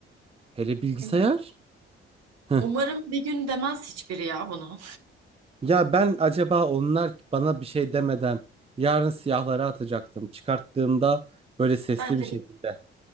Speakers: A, on the right; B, on the right.
A: Hele bilgisayar?
B: Evet.
A: Heh.
B: Umarım bir gün demez hiçbiri ya bunu.
A: Ya ben acaba onlar bana bir şey demeden yarın siyahlara atacaktım. Çıkarttığımda böyle sesli
B: Bence
A: bir şekilde.
B: bir